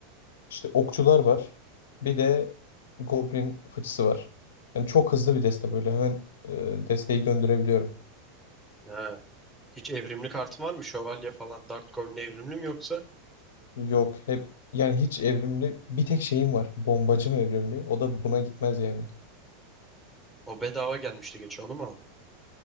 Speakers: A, on the left; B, in the centre.
A: İşte okçular var. Bir de goblin fıçısı var. Yani çok hızlı bir deste böyle. Hemen e, desteği döndürebiliyorum.
B: Ha. Hiç evrimli kartın var mı? Şövalye falan. Dark Goblin evrimli mi yoksa?
A: Yok hep yani hiç evrimli bir tek şeyim var. Bombacım evrimli. O da buna gitmez yani.
B: O bedava gelmişti geçen onu mu aldın?